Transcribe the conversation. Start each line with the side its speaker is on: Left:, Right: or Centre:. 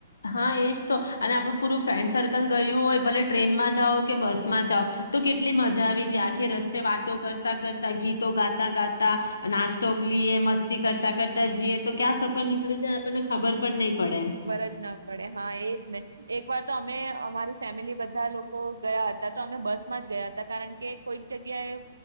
Left: હા, એજ તો અને આપડું પૂરું ફ્રેન્ડ સર્કલ ગયું હોય, ભલે ટ્રેનમાં જાઓ કે બસમાં જાઓ, તો કેટલી મજા આવી જાય આખે રસ્તે, વાતો કરતા કરતા, ગીતો ગાતા ગાતા નાસ્તોગલી
Right: હમ.
Left: મસ્તી કર તા કરતા જઈએ, તો ક્યા સફર નીકળી જાય આપણને ખબર પણ નહીં પડે
Right: ના પડે. હા, એજને એક વાર તો અમે અમારી ફેમિલી બધા લોક કો ગયા હતા તો અમે બસમાં જ ગયા હતા, કારણ કે કોઈક જગ્યાએ